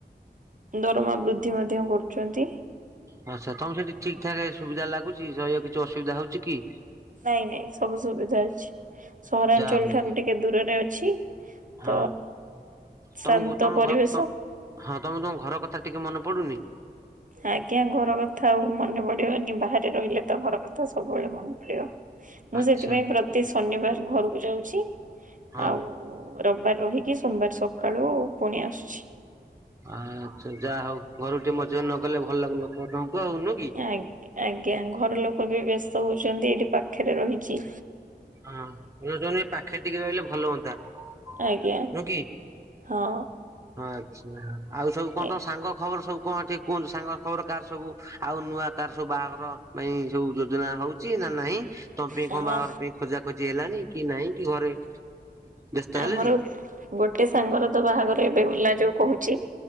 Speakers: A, on the right; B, on the right.
A: ଦରମା ବୃଦ୍ଧି ମଧ୍ୟ କରୁଚନ୍ତି।
B: ହଁ ସେଠାରେ ସେଠି ଠିକ୍ ଠାକ୍ ସୁବିଧା ଲାଗୁଚ଼ି ରହିବାକୁ କିଛି ଅସୁବିଧା ହେଉଚ଼ି କି?
A: ନାଇଁ ନାଇଁ ସବୁ ସୁବିଧା ଅଛି ସହରାଞ୍ଚଳ
B: ଯାହା ହଉ
A: ଠାରୁ ଟିକେ ଦୂରରେ ଅଛି।
B: ହଁ
A: ତ
B: ତମକୁ
A: ଶାନ୍ତ
B: ତମ
A: ପରିବେଶ।
B: ଘ ରତ ହଁ ତମକୁ ତମ ଘର କଥା ଟିକେ ମନେ ପଡୁନି?
A: ଆଜ୍ଞା ଘର କଥା ଆଉ ମନେ ପଡିବନି ବାହାରେ ରହିଲେ ତ ଘର କଥା ସବୁଏଳେ ମନେ ପଡିବ। ମୁଁ
B: ଆଚ୍ଛା
A: ସେଥିପାଇଁ ପ୍ରତି ଶନିବାର ଘରକୁ ଯାଉଛି
B: ହଁ
A: ଆଉ ରବାର ରହିକି ସୋବାର ସକାଳୁ ପୁଣି ଆସୁଚି।
B: ଆଚ୍ଛା ଯା ହଉ ଘରୁ ଟିକେ ମଜି ନ ଗଲେ ଭଲ ଲାଗୁନଥିବ ତମକୁ ଆଉ ନୁହେଁ।
A: ଆଗ୍ ଆଜ୍ଞା ଘର ଲୋକ ବି ବ୍ୟସ୍ତ ହଉଚ଼ନ୍ତି ଏଇଠି ପାଖରେ ରହିଚି।
B: ହଁ ମୋ ଯୋଜନା ଏଇ ପାଖେରେ ଟିକେ ରହିଲେ ଭଲ ହୁଅନ୍ତା ନୁହ
A: ଆଜ୍ଞା
B: କି?
A: ହଁ।
B: ଆଚ୍ଛା ଆଉ ସବୁ କଁ
A: ଏ
B: ତମ ସାଙ୍ଗ ଖବର ସବୁ କଁ ଟିକେ କୁହନ୍ତୁ ସାଙ୍ଗ ଖବର କାର ସବୁ ଆଉ ନୂଆ କାର ସବୁ ବାହାଘର? ନାଇଁ ସବୁ ଯୋଜନା ହଉଚି ନା ନାହିଁ ତମ ପାଇଁ
A: ହଁ
B: କଁ ବାହାଘର ପାଇଁ ଖୋଜା ଖୋଜି ହେଲାଣି କି ନାଇଁ କି ଘରେ ବ୍ୟସ୍ତ ହେଲେଣି
A: ଆମର ଗୋଟେ ସାଙ୍ଗର ତ ବାହାଘର ଏବେ ଗଲା ଯୋଉ କହୁଚ଼ି।